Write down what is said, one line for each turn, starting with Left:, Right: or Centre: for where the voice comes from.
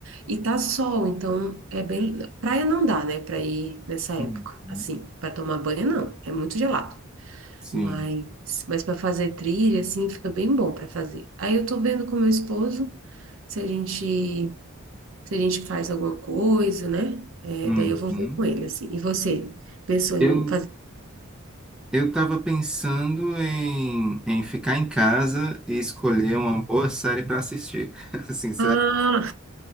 Right: e tá sol, então é bem. Praia não dá, né, para ir nessa
Centre: hum,
Right: época,
Centre: hum.
Right: assim, para tomar banho não, é muito gelado.
Centre: Sim.
Right: Mas, mas para fazer trilha, assim, fica bem bom para fazer. Aí eu tô vendo com meu esposo se a gente, se a gente faz alguma coisa, né? É,
Centre: Uhum.
Right: daí eu vou ver com ele, assim. E você, pensou em
Centre: Eu,
Right: fazer?
Centre: eu estava pensando em, em ficar em casa e escolher uma boa série para assistir. <laughs> Assim, sério.
Right: Ah,